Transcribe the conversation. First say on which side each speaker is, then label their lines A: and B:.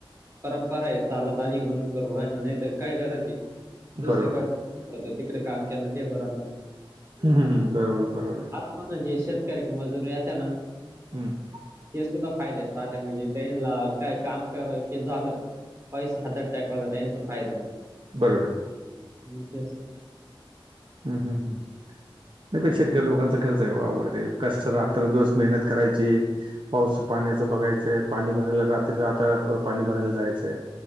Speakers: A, on the right; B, on the right.
A: परंपरा आहे चालत आली म्हणून करू राहिला, नाही तर काय गरज आहे.
B: ब-
A: दुसरी
B: बरोबर
A: का
B: आहे
A: तिकडे काम केलं ते बरं ना मग.
B: हम्मम बरोबर बरोबर आहे.
A: <unintelligible> जे शेतकरी क मजूर येत ना
B: हम्म.
A: ते सुद्धा फायदे येत राहते म्हणजे त्यांना काय काम करा की झालं पैसा हातात टेकावाला त्यांचा फायदा आहे.
B: बरोबर आहे.
A: हम त्यासनी
B: हम्म हम् हम नाही म्हणजे शेतकरी लोकांचा खर्च आहे ओ आवघडते कष्ट रात्र
A: हो
B: न दिवस
A: ते
B: मेहनत करायची पाऊसा पाण्याचं बघायचंय पाणी भरायला रात्री रात्र रातभर पाणी भरायला जायचंय